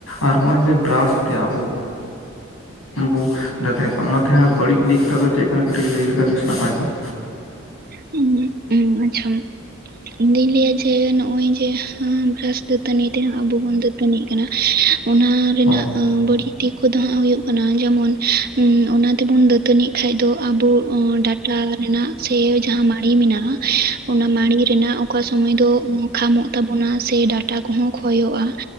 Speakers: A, on the left; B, on the right.
A: ᱟᱨ ᱦᱚᱜᱼᱚᱭ ᱡᱮ ᱵᱨᱟᱥ ᱛᱮ ᱟᱵᱚᱼᱼ
B: <unintelligible>
A: ᱵᱳ ᱫᱟᱹᱛᱟᱹᱱᱤᱜ ᱠᱟᱱᱟ ᱚᱱᱟᱛᱮ ᱦᱟᱸᱜ ᱵᱟᱹᱲᱤᱡ ᱫᱤᱠ ᱛᱟ ᱫᱚ ᱪᱮᱜ ᱠᱟᱱᱟ ᱠᱟᱹᱴᱤᱡ ᱞᱟᱹᱭ ᱞᱮᱠᱷᱟᱡ ᱵᱮᱥ ᱱᱟᱯᱟᱭ ᱠᱚᱜᱼᱟ᱾
B: ᱦᱩᱸ ᱦᱩᱸ ᱟᱪᱪᱷᱟ ᱤᱧᱫᱩᱧ ᱞᱟᱹᱭᱟ ᱡᱮ ᱱᱚᱜ ᱚᱭ ᱡᱮ ᱵᱨᱟᱥ ᱫᱟᱹᱛᱟᱹᱱᱤ ᱛᱮ ᱦᱟᱸᱜ ᱟᱵᱚ ᱵᱚᱱ ᱫᱟᱹ <inaudible> ᱠᱟᱱᱟ ᱚᱱᱟ ᱨᱮᱱᱟᱜ
A: ᱦᱳᱭ
B: ᱵᱟᱹᱲᱤᱡ ᱫᱤᱠ ᱠᱚᱫᱚ ᱦᱟᱸᱜ ᱦᱩᱭᱩᱜ ᱠᱟᱱᱟ ᱡᱮᱢᱚᱱ ᱚᱱᱟ ᱛᱮᱵᱚᱱ ᱫᱟᱹ᱾ ᱛᱟᱹᱱᱤᱡ ᱠᱷᱟᱱ ᱫᱚ ᱟᱵᱳ ᱰᱟᱴᱟᱸ ᱨᱮᱱᱟᱜ ᱥᱮ ᱡᱟᱦᱟᱸ ᱢᱟᱲᱤ ᱢᱮᱱᱟᱜᱼᱟ᱾ ᱚᱱᱟ ᱢᱟᱲᱤᱸ ᱨᱮᱱᱟ-ᱜ ᱚᱠᱟ ᱥᱚᱢᱚᱭ ᱫᱚ᱾ ᱠᱷᱟᱢᱳ-ᱜ ᱛᱟᱵᱳᱱᱟ᱾ ᱥᱮ ᱰᱟᱴᱟᱸ ᱠᱚ-ᱦᱚᱸ ᱠᱷᱳᱭᱳᱜᱼᱟ᱾